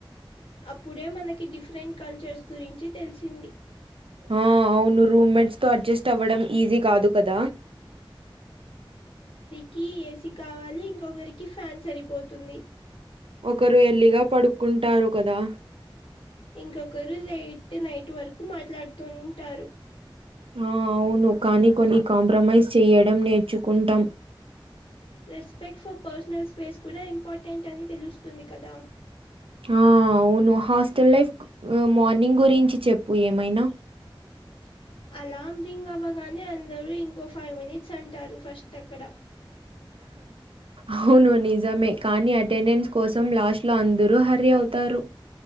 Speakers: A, on the left; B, on the right.
A: అప్పుడే మనకి డిఫరెంట్ కల్చర్స్ గురించి తెలిసింది
B: ఆ అవును రూమ్మేట్స్ తో అడ్జస్ట్ అవ్వడం ఈజీ కాదు కదా
A: కి ఏసీ కావాలి ఇంకొకరికి ఫ్యాన్ సరిపోతుంది
B: ఒకరు ఎల్లిగా పడుక్కుంటారు కదా
A: ఇంకొకరు లేట్ నైట్ వరకు మాట్లాడుతుంటారు
B: ఆ అవును కానీ కొన్ని కాంప్రమైజ్ చేయడం నేర్చుకుంటాం
A: రెస్పెక్ట్ ఫర్ పర్సనల్ స్పేస్ కూడా ఇంపార్టెంట్ అని తెలుస్తుంది కదా
B: ఆ అవును హాస్టల్ లైఫ్ మార్నింగ్ గురించి చెప్పు ఏమైనా
A: ఓ అలార్మ్ రింగ్ అవ్వగానే అందరు ఇంకో ఫైవ్ మినిట్స్ అంటారు ఫస్ట్ ఎక్కడ
B: అవును నిజమే కానీ అటెండెన్స్ కోసం లాస్ట్ లో అందరూ హరి అవు తరు